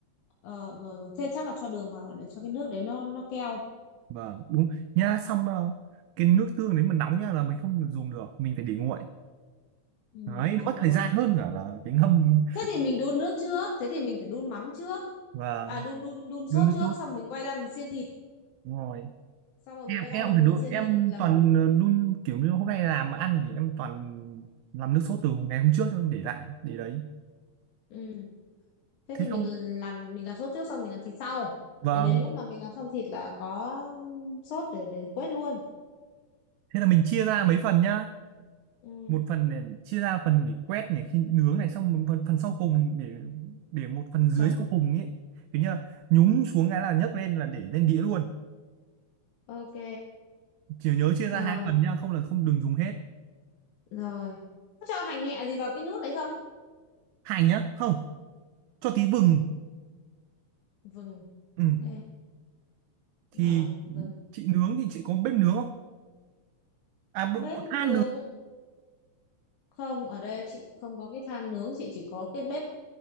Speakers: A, on the left; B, on the right.
A: ờ, rồi, rồi thế chắc là cho đường vào để cho cái nước đấy nó nó keo
B: vâng đúng nha xong ờ, cái nước tương đấy mà nóng nha là mình không được dùng được mình phải để nguội
A: ừ,
B: đấy
A: để
B: mất
A: nguội
B: thời gian hơn cả là cái ngâm
A: thế thì mình đun nước trước thế thì mình phải đun mắm trước
B: và
A: à đun đun đun sốt
B: đun nước
A: trước
B: sốt
A: xong mình quay ra mình xiên thịt
B: đúng rồi
A: xong rồi
B: em
A: mình quay ra
B: em
A: mình
B: phải đun
A: mình xiên
B: em
A: thịt làm
B: toàn ờ, đun kiểu như hôm nay làm mà ăn thì em toàn làm nước sốt từ ngày hôm trước em để lại để đấy
A: ừ. thế
B: thế
A: thì mình
B: xong
A: làm mình làm sốt trước xong mình làm thịt sau
B: vâng
A: đến đến lúc mà mình làm xong thịt là có sốt để để quết luôn
B: thế là mình chia ra mấy phần nhá
A: ừ.
B: một phần để chia ra phần để quét này khi nướng này xong một phần phần sau cùng để để một phần dưới
A: chấm
B: sau cùng ấy kiểu như là nhúng xuống cái là nhấc lên là để lên đĩa luôn
A: ok
B: chỉ nhớ chia ra
A: rồi
B: hai phần nhá không là không đừng dùng hết
A: rồi có cho hành hẹ gì vào cái nước đấy không
B: hành nhá không cho tí vừng
A: ừ. vừng
B: ừ.
A: ok
B: thì
A: rồi vừng
B: chị nướng thì chị có bếp nướng không à bự-
A: bếp
B: có than
A: nướng
B: nướng
A: không ở đây chị không có cái than nướng chị chỉ có cái bếp